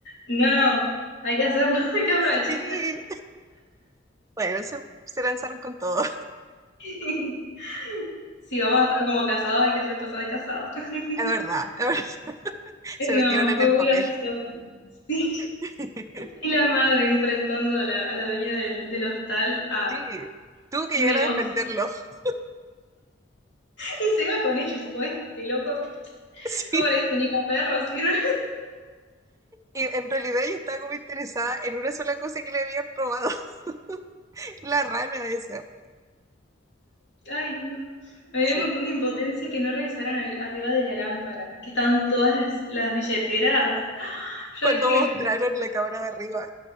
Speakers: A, on the left; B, on the right.
A: No, no, hay que hacerlo, <laughs> hay que aprovechar.
B: <laughs> Y bueno, se, se lanzaron con todo.
A: <laughs> Si vamos
B: Y
A: a estar como casados, hay que hacer cosas de casados. <laughs>
B: es verdad, es verdad, <laughs> se
A: No,
B: metieron en
A: fue
B: el
A: muy
B: papel.
A: gracioso. Sí.
B: <laughs>
A: Y la madre enfrentando a la, a la dueña del, del hostal a
B: Sí, tuvo que
A: Megos.
B: llegar a defenderlo. <laughs>
A: Y se iba con ellos, tipo, este loco,
B: Sí,
A: ¿cómo le
B: y
A: dicen? Ni para perro sirve.
B: en realidad yo estaba como interesada en una sola cosa que le habían robado, <laughs> la rana esa.
A: <laughs> Ay, no. Había
B: Sí.
A: un montón de impotencia que no revisaran arri- arriba de la lámpara, que estaban todas las, las billeteras. Yo
B: cuando
A: dije,
B: mostraron
A: "Po-
B: la cámara de arriba